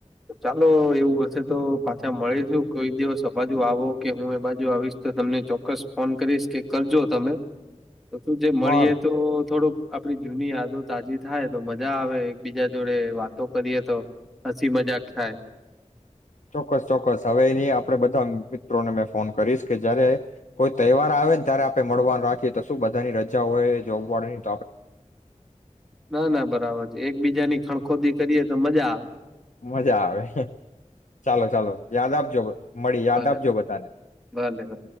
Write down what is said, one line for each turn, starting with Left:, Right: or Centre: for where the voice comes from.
Centre: ચાલો એવું હશે તો પાછા મળીશું કોઈ દિવસ તો બાજુ આવો કે હું એ બાજુ આવીશ તો તમને ચોક્કસ ફોન કરીશ કે કરજો તમે તો શું જે મળીએ
Left: હા
Centre: તો થોડુંક આપડી જૂની યાદો તાજી થાય. તો મજા આવે એક બીજા જોડે વાતો કરીએ, તો હસી મજાક થાય.
Left: ચોક્કસ ચોક્કસ હવેની આપડે બધા મિત્રોને મે ફોન કરીશ કે જયારે કોઈ તહેવાર આવે ને ત્યારે આપે મળવાનું રાખીએ તો શું બધાની રજા હોય જોબવાળા
Centre: ના ના બરાબર છે, એકબીજાની ખણખોદી કરીએ તો મજા આવે.
Left: મજા આવે. ચાલો ચાલો યાદ આપજો. મળી યાદ
Centre: ભલે
Left: આપજો બધાને.
Centre: ભલે ભલે